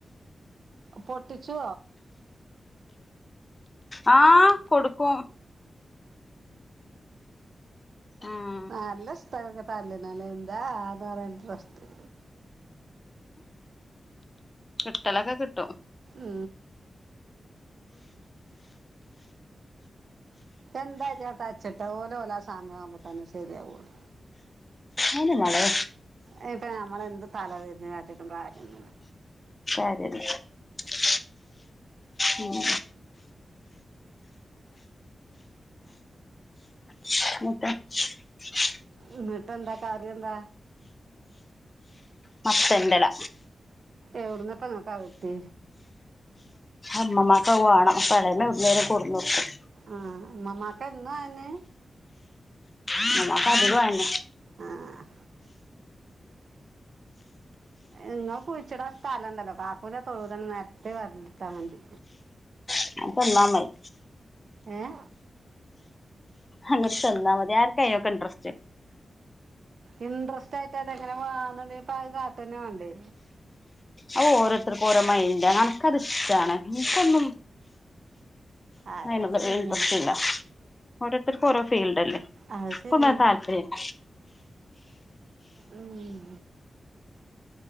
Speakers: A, on the right; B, on the left.
A: പൊട്ടിച്ചോ?
B: ആഹ് കൊട്ക്കും. ഉം
A: ആ നല്ല ഷ് പ്പൻക്ക് തല്ലണല്ലേ എന്താ ആ പറ്യാൻ ഇൻട്രസ്റ്റ്
B: കിട്ടലൊക്കെ കിട്ടും.
A: ഉം എന്താ ജാ തച്ച്ട്ട് ഓല് ഓലാ സമയവുമ്പോ തന്നെ ശെര്യാവൊള്ളൂ.
B: അയ്ന് മളേ
A: അത്പ്പൊ നമ്മളെന്ത് തലതിര്ഞ്ഞ് കാട്ടിട്ടും കാര്യൊന്നുല്ല..
B: <unintelligible> ഉം <unintelligible>
A: ഇന്നട്ടെന്ത കറ്യെന്ത?
B: മത്തെൻ്റെല
A: യൗട്നാപ്പങ്ങക്ക് അത്ട്ട്യേ?
B: ഇമ്മമാക്കത് വാണം അപ്പ ള്ളേമ യൗട്ന്നേലും കൊട്ന്നൊട്ക്കും.
A: ഉം ഇമ്മാമാക്ക് എന്നു അയെന്നെ
B: ഇമ്മാമാക്ക് അധികും അയെന്നെ
A: ആ ഇങ്ങക്ക് കുയ്ച്ചിടാ സ്ഥലണ്ടല്ലോ കാക്കൂൻ്റെ തൊടുതന്നെ നെര്ത്തി <unintelligible> ട്ടാ മതി.
B: അ <unintelligible> ത്ത്ന്ന മ്മത്
A: ഏഹ്
B: അങ്ങട് ചെന്നാ മതി ആർക്കാ ഇതിനൊക്ക ഇൻട്രസ്റ്റ്
A: ഇൻട്രസ്റ്റ് ആയിട്ടല്ല ഇങ്ങനെ വേണോന്നിണ്ടപ്പ അത് കാട്ടന്നെ വേണ്ടേ
B: അത് ഓരോരുത്തർക്ക് ഓരോ മയ്ന്റാണ് എനക്ക് അത് ഇഷ്ടാണ് ഇനിക്കൊന്നും
A: അത്
B: അയ്നുള്ളൊരു
A: ശരിയാണ്
B: ഇൻട്രെസ്റ്റില്ല ഓരോരുത്തർക്ക് ഓരോ ഫീൽഡല്ലേ
A: അത്
B: എക്കൊന്നും
A: ശരിയാണ്
B: അത് താല്പര്യില്ല
A: ഇം